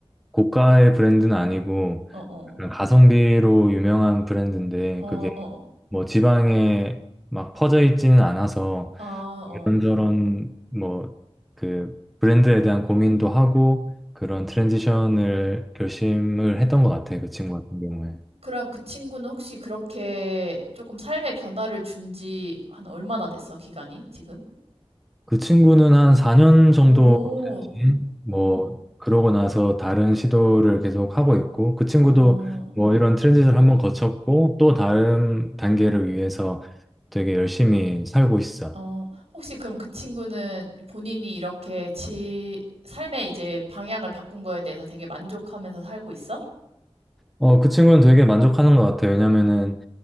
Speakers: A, in the centre; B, on the right.
A: 고가의 브랜드는 아니고
B: 어, 어.
A: 약간 가성비로 유명한 브랜드인데
B: 어,
A: 그게
B: 어.
A: 뭐 지방에 막 퍼져 있지는 않아서
B: 아, 어.
A: 이런저런 뭐 그 브랜드에 대한 고민도 하고 그런 트랜지션을 결심을 했던 것 같아요. 그 친구 같은 경우에.
B: 그럼 그 친구는 혹시 그렇게 조금 삶의 변화를 준지 한 얼마나 됐어, 기간이 지금?
A: 그 친구는 한 4년 정도
B: 오,
A: 뭐
B: 오,
A: 그러고 나서 다른 시도를 계속 하고 있고 그 친구도
B: 어.
A: 뭐 이런 트랜짓을 한번 거쳤고 또 다른 단계를 위해서 되게 열심히 살고 있어.
B: 어, 혹시 그럼 그 친구는 본인이 이렇게 지 삶의 이제 방향을 바꾼 거에 대해서 되게 만족하면서 살고 있어?
A: 어, 그 친구는 되게 만족하는 것 같아요. 왜냐면은